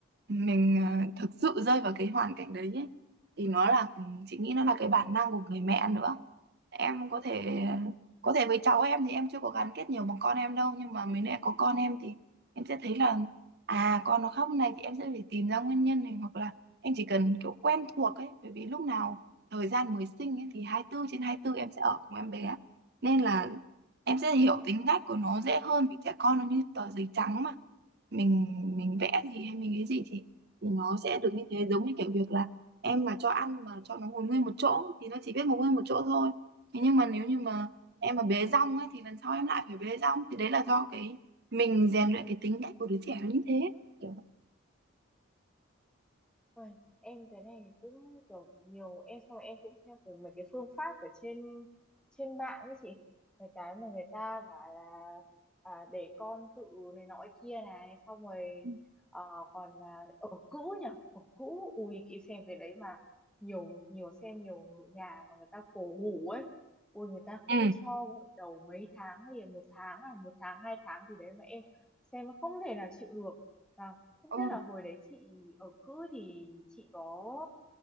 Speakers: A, on the right; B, in the centre.
A: mình ờ, thực sự rơi vào cái hoàn cảnh đấy ấy, thì nó là ừ, chị nghĩ nó là cái bản năng của người mẹ nữa. Em có thể có thể với cháu em thì em chưa có gắn kết nhiều bằng con em đâu nhưng mà mới lại có con em thì em sẽ thấy là à con nó khóc như này thì em sẽ phải tìm ra nguyên nhân này hoặc là em chỉ cần kiểu quen thuộc ấy bởi vì lúc nào thời gian mới sinh ấy, thì hai mươi tư trên hai mươi tư em sẽ ở cùng em bé nên là em sẽ hiểu tính cách của nó dễ hơn vì trẻ con nó như tờ giấy trắng mà mình mình vẽ gì hay mình cái gì thì thì nó sẽ được như thế giống như kiểu việc là em mà cho ăn mà cho nó ngồi nguyên một chỗ thì nó chỉ biết ngồi nguyên một chỗ thôi thế nhưng mà nếu như mà em mà bế rong ấy thì lần sau em lại phải bế rong thì đấy là do cái mình rèn luyện cái tính cách của đứa trẻ nó như thế kiểu
B: Ôi, em cái này cũng kiểu nhiều em xong rồi em cũng xem về mấy cái phương pháp ở trên trên mạng ấy chị mấy cái mà người ta bảo là à, để con tự này nọ kia này xong rồi
A: ừ.
B: ờ, còn là ở cũ nhỉ ở cũ ui em xem cái đấy mà nhiều nhiều xem nhiều nhà mà người ta cổ hủ ấy ui người ta không
A: Ừ.
B: cho gội đầu mấy tháng liền một tháng à một tháng hai tháng gì đấy mà em xem nó không thể nào chịu được Và không
A: ừ.
B: biết là hồi đấy chị ở cữ thì chị có